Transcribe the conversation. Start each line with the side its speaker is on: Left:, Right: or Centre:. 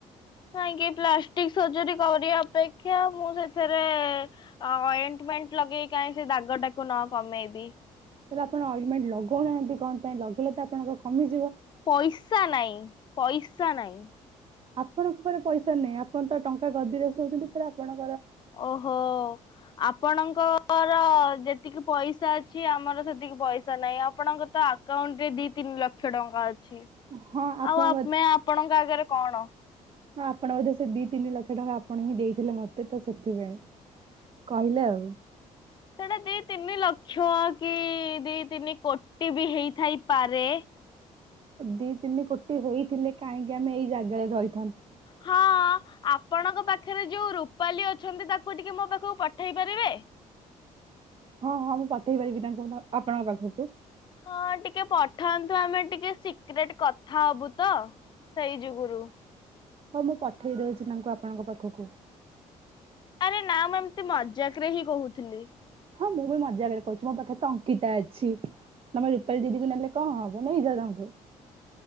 Left: କାଇହିଁକି ପ୍ଲାଷ୍ଟିକ ସର୍ଜରୀ କରିବା ଅପେକ୍ଷା ମୁଁ ସେଥିରେ ଅଏଣ୍ଟମେଣ୍ଟ ଲଗେଇକି କାହିଁ ସେ ଦାଗଟାକୁ ନ କମେଇବି।
Right: ତାହଲେ ଆପଣ ଅଗମେଣ୍ଟ ଲଗଉନାହାନ୍ତି କଣ ପାଇଁ ଲଗେଇଲେ ତ ଆପଣଙ୍କ କମି
Left: ପଇସା ନାଇଁ ପଇସା ନାଇଁ।
Right: ଆପଣଙ୍କ ଉପରେ ପଇସା ନାହିଁ ଆପଣ ତ ଟଙ୍କା ଗଦିରେ ଶୋଉଛନ୍ତିରେ ଆପଣ
Left: ଓହୋ ଆପଣଙ୍କର ଯେତିକି ପଇସା ଅଛି। ଆମର ସେତିକି ପଇସା ନାହିଁ, ଆପଣଙ୍କ ତ ଆକାଉଣ୍ଟ ରେ ଦି ତିନି ଲକ୍ଷ ଟଙ୍କା ଅଛି।
Right: ହଁ ଆପଣ
Left: ଆଉ ଆମେ ଆପଣଙ୍କ ଆଗରେ କଣ?
Right: ହ ଆପଣ ବୋଧ ସେ ଦି ତିନି ଲକ୍ଷ ଟଙ୍କା ଆପଣ ହିଁ ଦେଇଥିଲେ ମତେ ତ ସେଥିପାଇଁ <inaudible> କହିଲେ ଆଉ।
Left: ସେଇଟା ଦି ତିନି ଲକ୍ଷ କି ଦି ତିନି କୋଟି ବି ହେଇଥାଇପାରେ।
Right: ଦି ତିନି କୋଟି ହେଇଥିଲେ, କାହିଁକି ଆମେ ଏଇ ଜାଗାରେ ରହି
Left: ହଁ ଆପଣଙ୍କ ପାଖରେ ଯୋଉ ରୂପାଲି ଅ ଅଛନ୍ତି, ତାକୁ ଟିକେ ମୋ ପାଖକୁ ପଠେଇ ପାରିବେ?
Right: ହଁ ହଁ ମୁଁ ପଠେଇ ପାରିବି ତାଙ୍କୁ ଆପଣଙ୍କ ପାଖକୁ।
Left: ହଁ ଟିକେ ପଠାନ୍ତୁ, ଆମେ ଟିକେ ସିକ୍ରେଟ୍ କଥା ହବୁ ତ ସେଇ ଯୁଗୁରୁ।
Right: ହଁ ମୁଁ ପଠେଇ ଦଉଚି, ତାଙ୍କୁ ଆପଣଙ୍କ ପାଖକୁ।
Left: ଆରେ ନା ମୁଁ ଏମତି ମଜାକ୍ ରେ ହିଁ କହୁଥିଲି।
Right: ହଁ ମୁଁ ବି ମଜା ଆଗରେ କହୁଚି, ମୋ ପାଖରେ ତ ଅଙ୍କିତା ଅଛି। ତମେ ରୂପାଲୀ ଦିଦିକୁ ନେଲେ କଣ ହବ ନେଇଯାଅ ତାଙ୍କୁ।